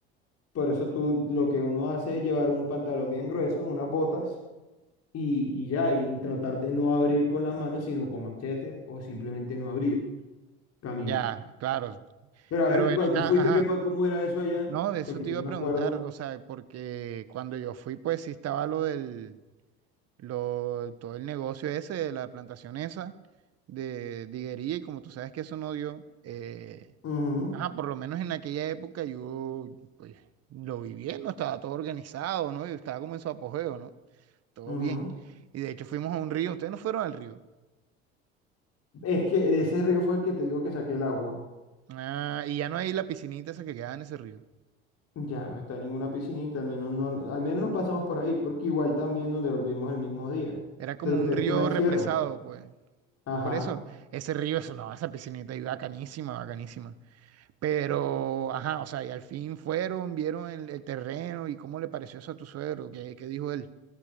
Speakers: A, on the left (about 50°); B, on the right (about 50°).
A: Por eso tú lo que uno hace es llevar un pantalón bien grueso, unas botas y, y ya, y tratar de no abrir con las manos, sino con machete o simplemente no abrir camino.
B: Ya, claro.
A: Pero a
B: Pero
A: ver, que
B: ven
A: cuando
B: acá,
A: tú fuiste,
B: ajá.
A: ¿qué, pa- cómo era eso allá?
B: No, de eso
A: Porque
B: te
A: yo
B: iba
A: no
B: a
A: me
B: preguntar,
A: acuerdo.
B: o sea, porque cuando yo fui, pues sí estaba lo del, lo, todo el negocio ese de la plantación esa de diguería y como tú sabes que eso no dio, eh,
A: Ujú,
B: ajá, por lo menos en aquella época yo, pues, lo vi bien, no estaba todo organizado, ¿no? Yo estaba como en su apogeo, ¿no? Todo
A: ujú.
B: bien. Y de hecho fuimos a un río, ustedes no fueron al río.
A: Es que de ese río fue el que te digo que saqué el agua.
B: Ah, y ya no hay la piscinita esa que quedaba en ese río.
A: Ya no está ninguna piscinita, al menos no, al menos no pasamos por ahí, porque igual también nos devolvimos el mismo día.
B: Era como
A: Pero ustedes,
B: un río
A: ¿qué más
B: represado,
A: hicieron?
B: pues.
A: Ajá.
B: Por eso, ese río es una, esa piscinita y bacanísima, bacanísima. Pero, ajá, o sea, y al fin fueron, vieron el, el terreno y cómo le pareció eso a tu suegro, qué, qué dijo él.